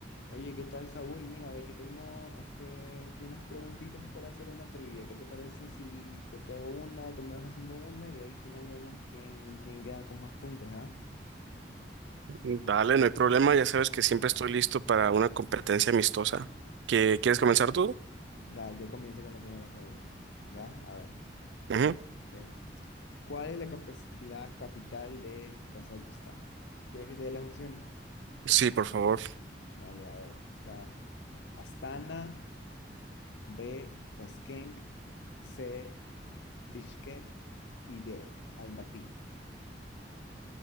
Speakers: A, on the left (about 75°); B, on the right (about 80°).
A: Oye, ¿qué tal, Saúl? Mira, ve que tengo este, aquí unas preguntitas para hacer una trivia. ¿Qué te parece si yo te hago una, tú me vas haciendo una y ahí al final vemos quién, quién queda con más puntos, ¿ya?
B: Dale, no hay problema, ya sabes que siempre estoy listo para una competencia amistosa. ¿Qué, quieres comenzar tú?
A: Da, yo comienzo con la primera pregunta, ¿ya? A ver,
B: Ujú.
A: eh, eh, ¿cuál es la, capa- la capital de Kazajistán? ¿Quieres que te dé las opciones?
B: Sí, por favor.
A: Dale, a ver. O sea, Astana, B, Tashkent, C, Bishkek y D, Almaty.